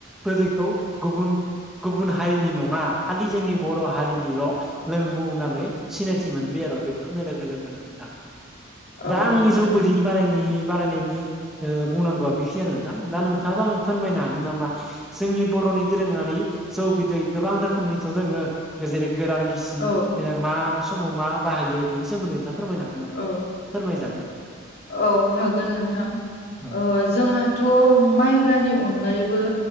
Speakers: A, in the centre; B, on the left (about 50°).
A: गोदैखौ गुबुन गुबुन हारिनि नङा खालि जोंनि बर' हारिनिल' लोंमु होननानै। सिनायथि मोनबाय आरो टेक खालामनाय लोगो लोगोनो दा
B: औ नोंथां
A: आंनि जौ गोदै ब बारायनायनि बुंनांगौआ बेखिनिानो नोंथां दा नोंथाङाबो आं फोरमायनो हागोन नामा जोंनि बर'नि दोरोङारि जौ बिदै गोबां रोखोमनिथ' दङो जेरै गोरान गिसि
B: औ
A: मा समाव मा बाहायो बेनि सोमोन्दै नोंथाङा फोरमायनो हागोन नामा?
B: औ
A: फोरमाय जागोन।
B: औ हागोन नोंथां
A: औ
B: ओ जोंहाथ' माइब्रानि अनगायैबो